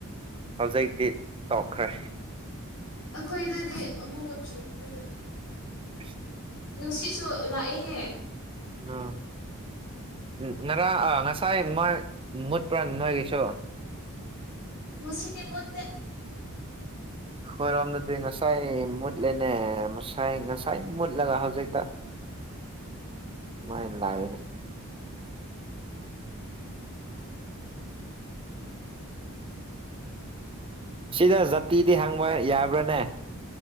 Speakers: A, on the right; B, on the left.
A: ꯍꯧꯖꯤꯛꯇꯤ ꯇꯧꯈ꯭ꯔꯦ
B: ꯑꯩꯈꯣꯏꯗꯨꯗꯤ ꯑꯃꯨꯕ ꯆꯨꯈꯔꯦꯗ
A: ꯑꯍꯝ
B: ꯅꯨꯡꯁꯤꯠꯁꯨ ꯂꯥꯛꯑꯦꯍꯦ
A: ꯎꯝ ꯎ ꯉꯔꯥꯡ ꯑ ꯉꯁꯥꯏ ꯃꯣꯏ ꯃꯨꯠꯄ꯭ꯔ ꯅꯣꯏꯒꯤꯁꯨ
B: ꯉꯁꯤꯗꯤ ꯃꯨꯠꯇꯦ
A: ꯈꯣꯏꯔꯣꯝꯗꯗꯤ ꯉꯁꯥꯏ ꯃꯨꯠꯂꯦꯅꯦ ꯉꯁꯥꯏ ꯉꯁꯥꯏ ꯃꯨꯠꯂꯒ ꯍꯧꯖꯤꯛꯇ ꯃꯥꯏ ꯂꯥꯏꯅꯤ ꯁꯤꯗ ꯖꯥꯇꯤꯗꯤ ꯍꯪꯕ ꯌꯥꯕ꯭ꯔꯅꯦ